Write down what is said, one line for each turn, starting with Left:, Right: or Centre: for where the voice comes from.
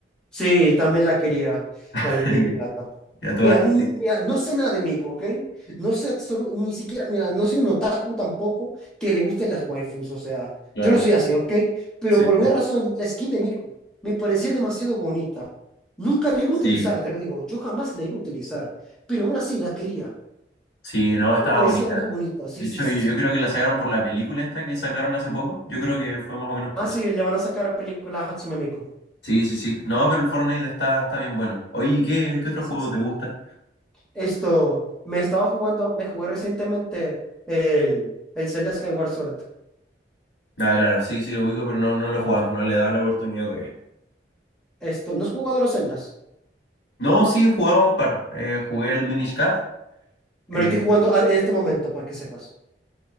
Centre: Sí, también la quería,
Left: <laughs>
Centre: Navina y Plata.
Left: Ya todas,
Centre: Mira, n-
Left: sí.
Centre: mira, no sé nada de México, ¿ok? No sé absolu- ni siquiera, mira, no soy un otaku tampoco que le gusten las waifus, o sea,
Left: Claro.
Centre: yo no soy así, ¿ok? Pero
Left: Sí,
Centre: por alguna
Left: sí,
Centre: razón, la skin de Miku me parecía demasiado bonita. Nunca la iba
Left: sí,
Centre: a utilizar, te lo digo, yo jamás la iba a utilizar, pero aún así la quería.
Left: Sí, no, estaba
Centre: Me parecía
Left: bonita.
Centre: muy bonita, sí,
Left: De hecho,
Centre: sí, sí.
Left: yo creo que la sacaron por la película esta que sacaron hace poco. Yo creo que fue más o menos por
Centre: Ah,
Left: eso.
Centre: sí, le van a sacar película a Hatsume Miku.
Left: Sí, sí, sí. No, pero el Fortnite está, está bien bueno. Oye, ¿y ¿qué, qué
Centre: Sí,
Left: otro
Centre: sí,
Left: juego
Centre: sí.
Left: te gusta?
Centre: Esto, me estaba jugando, me jugué recientemente el, el Zelda Skyward Sword.
Left: Ah, claro, sí, sí lo ubico, pero no, no lo he jugado, no le he dado la oportunidad todavía.
Centre: Esto, ¿no has jugado los Zeldas?
Left: No, sí, he jugado un par. Eh, jugué el Minish Cap.
Centre: Me
Left: Eh,
Centre: lo estoy jugando al- en este momento, para que sepas.